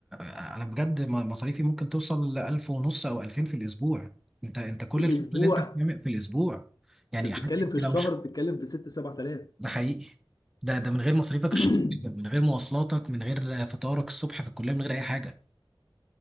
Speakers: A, in the centre; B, on the left.
A: انا بجد م- مصاريفي ممكن توصل ل 1000 ونص او 2000 في الاسبوع انت انت كل
B: في الاسبوع
A: الشغل اللي انت بتعمل في الاسبوع يعني
B: انت بتتكلم
A: حتى
B: في الشهر
A: لو
B: بتتكلم في 6 7000
A: ده حقيقي ده ده من غير مصاريفك
B: <clears throat>
A: الشخصية من غير مواصلاتك من غير فطارك الصبح في الكلية من غير أي حاجة